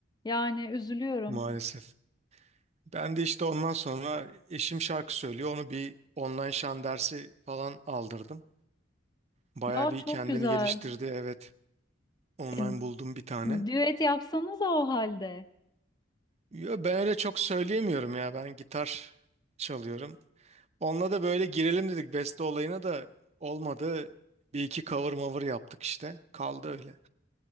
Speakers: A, on the left; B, on the right.
A: Yani üzülüyorum.
B: maalesef. Ben de işte ondan sonra eşim şarkı söylüyor. Onu bir online şan dersi falan aldırdım. Baya
A: Ya
B: bir
A: çok
B: kendini
A: güzel.
B: geliştirdi. Evet, online
A: E,
B: buldum bir tane.
A: düet yapsanız o halde.
B: Yo, ben öyle çok söyleyemiyorum ya. Ben gitar çalıyorum. Onunla da böyle girelim dedik. Beste olayına da olmadı. Bir iki cover maver yaptık işte. Kaldı öyle.